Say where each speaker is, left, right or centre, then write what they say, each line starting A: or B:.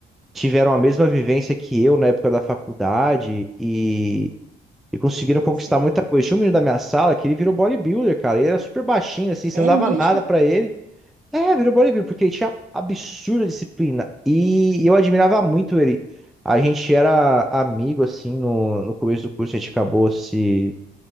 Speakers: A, in the centre; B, on the right.
A: tiveram a mesma vivência que eu na época da faculdade e E conseguiram conquistar
B: Sim.
A: muita coisa. Tinha um menino da minha sala que ele virou bodybuilder, cara. Ele era super baixinho, assim, você
B: É
A: não dava
B: mesmo?
A: nada pra ele. É, virou bodybuilder, porque ele tinha absurda disciplina. E eu admirava muito ele. A gente era amigo, assim, no, no começo do curso, a gente acabou se,